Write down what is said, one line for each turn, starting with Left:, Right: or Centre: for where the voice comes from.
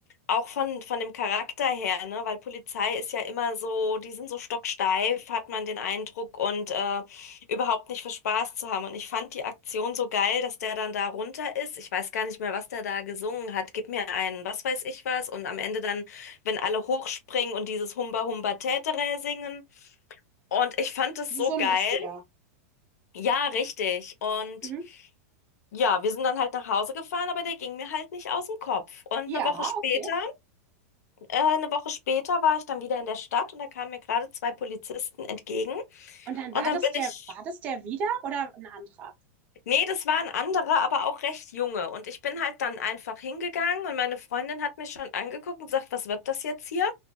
Left: auch von von dem Charakter her, ne, weil Polizei ist ja immer so, die sind so stocksteif, hat man den Eindruck und äh, überhaupt nicht für Spaß zu haben und ich fand die Aktion so geil, dass der dann da runter ist. Ich weiß gar nicht mehr, was der da gesungen hat. Gib mir einen, was weiß ich was und am Ende dann, wenn alle hochspringen und dieses Humba Humba Tätere singen. Und ich fand das
Right: Das
Left: so
Right: ist so
Left: geil,
Right: ein lustiger.
Left: Ja, richtig. Und
Right: Mhm.
Left: ja, wir sind dann halt nach Hause gefahren, aber der ging mir halt nicht aus dem Kopf. Und
Right: Ja,
Left: eine Woche später,
Right: okay.
Left: äh, eine Woche später war ich dann wieder in der Stadt und da kamen mir gerade zwei Polizisten entgegen.
Right: Und dann
Left: Und
Right: war
Left: dann
Right: das
Left: bin
Right: der,
Left: ich,
Right: war das der wieder oder ein anderer?
Left: nee, das waren andere, aber auch recht junge. Und ich bin halt dann einfach hingegangen und meine Freundin hat mich schon angeguckt und sagt, was wird das jetzt hier?